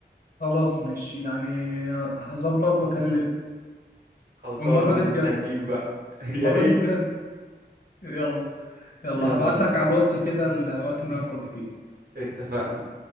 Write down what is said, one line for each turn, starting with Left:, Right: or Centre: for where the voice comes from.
Left: خلاص ماشي يعني هظبط واكلم
Right: خلصان
Left: والمره
Right: انا
Left: دي بجد
Right: مستنيك بقى <laughs>
Left: المره
Right: يا ريت
Left: دي بجد يلا يلا
Right: يلا
Left: هبعت
Right: بينا
Left: لك على الواتس كده الوقت اللي انا فاضي فيه
Right: اتفقنا